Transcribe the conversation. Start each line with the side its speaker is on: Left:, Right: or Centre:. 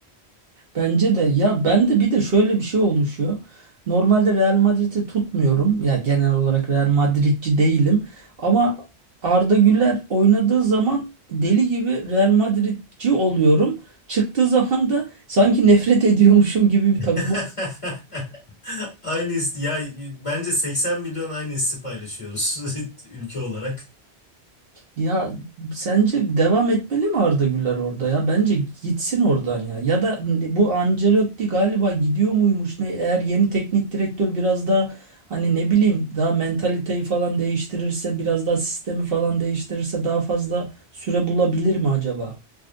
Right: Bence de ya ben de bir de şöyle bir şey oluşuyor. Normalde Real Madrid'i tutmuyorum. Ya genel olarak Real Madridci değilim. Ama Arda Güler oynadığı zaman deli gibi Real Madridci oluyorum. Çıktığı zaman da sanki nefret <laughs> ediyormuşum gibi bir
Left: <laughs>
Right: takım.
Left: Aynı his ya bence 80 milyon aynı hissi paylaşıyoruz <laughs> ülke olarak.
Right: Ya sence devam etmeli mi Arda Güler orada ya? Bence gitsin oradan ya. Ya da bu Ancelotti galiba gidiyor muymuş ne? Eğer yeni teknik direktör biraz daha hani ne bileyim daha mentaliteyi falan değiştirirse biraz daha sistemi falan değiştirirse daha fazla süre bulabilir mi acaba?